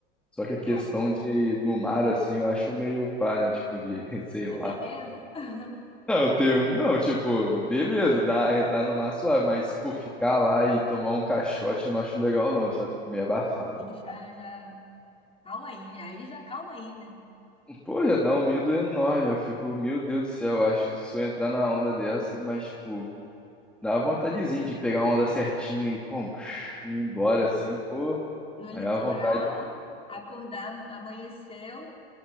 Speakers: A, in the centre; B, on the left.
A: Só que a
B: legal.
A: questão de do mar, assim, eu acho meio pá, né? Tipo, de, <laughs> sei
B: Você
A: lá.
B: tem medo? <laughs>
A: Não, eu tenho, não, tipo, beleza, dá, entrar no mar é suave, mas, pô, ficar lá e tomar um caixote eu não acho legal, não, já fico meio abafado.
B: Aí já, já. Calma aí, aí já calma aí, né?
A: Pô, já dá um medo enorme, eu fico, meu Deus do céu, eu acho que se eu entrar na onda dessas, mas, tipo. Dá uma vontadezinha de pegar uma onda certinho e como, <laughs> <sniffs> ir embora
B: É,
A: assim, pô.
B: no litoral,
A: Aí é uma vontade.
B: acordar, amanheceu,